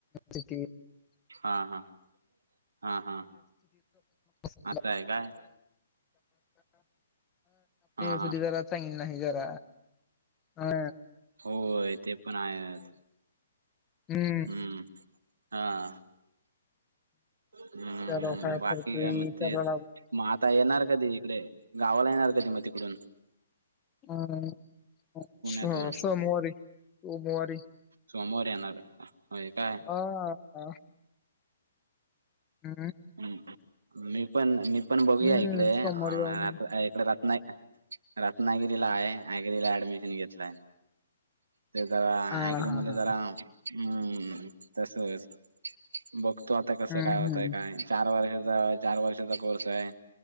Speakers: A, on the left (about 20°); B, on the right (about 80°).
A: िट
B: हा हा हा हा
A: आप
B: असं आहे काय हा
A: सुधी
B: हा
A: जरा चग ना ह जार ह
B: होय ते पण आहेच
A: हम्म
B: हम्म हा <inaudible> हम्म
A: चलो
B: -हम्म
A: काय
B: बाकी
A: करते
B: काय म तेच
A: चलो
B: <inaudible> मग आता येणार कधी इकडे गावाला येणार कधी मग तिकडून?
A: हम्म
B: पुण्यातून
A: स- सोमवारी- सोमवारी
B: सोमवारी येणार होय काय
A: ह हा <unintelligible> हम्म
B: हम्म मी पण- मी पण बघूया
A: हं,
B: इकडे
A: सोमवारी
B: अ
A: जाऊ म्हण.
B: इकडे रत रत्नागिरी ला आहे एग्री ला ऍडमिशन घेतलंय ते जरा
A: आ,
B: अग्री
A: हां,
B: मध्ये
A: हां.
B: जरा हम् तस <inaudible> बघतो आता कस
A: हं,
B: काय होतय
A: हं,
B: काय चार वर्षाचा - चार वर्षाचा कोर्स आहे